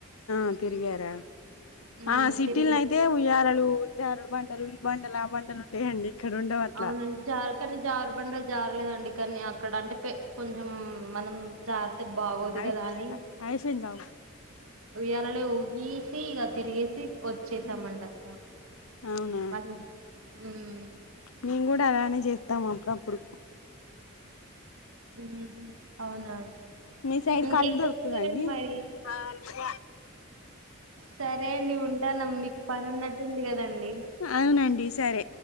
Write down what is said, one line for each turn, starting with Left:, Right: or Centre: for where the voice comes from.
Left: మ్ తిరిగార
Right: హ్మ్.
Left: ఆ సిటీలైయితే
Right: తిరిగి
Left: ఉయ్యాలలు జారుడు బండలు ఈ బండలు ఆ బండలు ఉంటాయండి. ఇక్కడ ఉండవు అట్లా
Right: అవునండి జారు కానీ జారుబండలు జారలేదండి. కాని అక్కడ అంటే పే కొంచం మనం జాగతే బాగోదు
Left: అయి
Right: కదా అని
Left: అయిపోయిందా
Right: ఉయ్యాలలో ఊగి తీగా తిరగేసి వచ్చేసామండక్క
Left: అవునా
Right: మళ్ళీ హ్మ్
Left: మేము కూడా అలానే చేస్తాము అప్పుడప్పుడు
Right: మ్మ్. అవునా అండి
Left: మీ సైడ్
Right: ఇంకేం
Left: కళ్ దొరుక్తున్నాయ్
Right: చేస్తున్నారండి
Left: అండి
Right: మరి సరే అండి ఉంటాను మీకు పని ఉన్నట్టుంది కదండి.
Left: అవునండి సరే